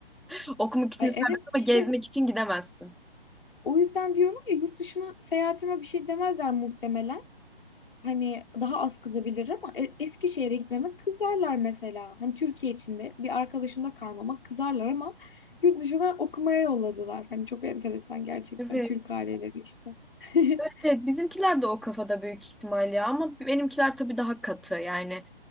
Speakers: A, in the centre; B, on the left (about 60°).
A: <laughs> Okumak için
B: Ay
A: serbest
B: evet işte
A: ama gezmek için gidemezsin.
B: o yüzden diyorum ya yurt dışına seyahatime bir şey demezler muhtemelen. Hani daha az kızabilir ama e- Eskişehir'e gitmeme kızarlar mesela. Hani Türkiye içinde bir arkadaşımda kalmama kızarlar ama yurt dışına okumaya yolladılar. Hani çok enteresan gerçekten
A: Evet.
B: Türk aileleri işte. <laughs>
A: Evet, evet bizimkiler de o kafada büyük ihtimal ya ama benimkiler tabii daha katı yani